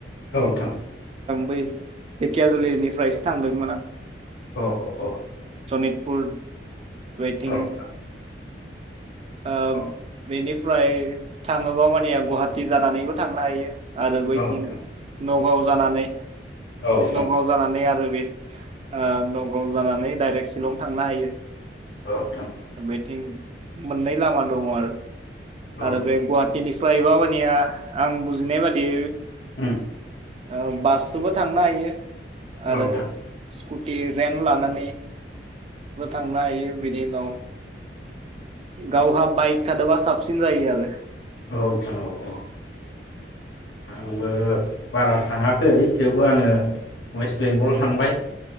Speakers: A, on the left (about 75°); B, on the right (about 35°).
A: औ नों
B: बै धेकियाजुलि निफ्रायसो थांदोंमोन आं
A: औ औ औ
B: सनितपुर बैथिं
A: औ नोंथां
B: आ
A: औ
B: बेनिफ फ्राय थाङोबा मानिया गुवाहाटि जानानैबो थांनो हायो। आरो बैथिं
A: नोंथां
B: नगाव जानानै
A: औ नोंथां
B: नगाव जानानै आरो बैफो ओ नगाव जानानै डाइरेक्ट शिलं थांनो हायो।
A: औ नोंथां औ नोंथां
B: बेथिं मोननै लामा दङ आरो।
A: औ
B: आरो
A: नोंथां
B: बे गुवाहाटिनि फ्राय मा बा निया आं बुजिनाय बादि
A: ओं
B: औ बाससोबो थांनो हायो आरो
A: औ नोंथां
B: स स्कुटि रेन्ट लानानै बो थांनो हायो बेनि उनाव गावहा बाइक थादोबा साबसिन जायो आरो
A: औ नोंथां औ औ आंबो बारा थाङाखै थेवबो आङो वेस्ट बेंगल थांबाय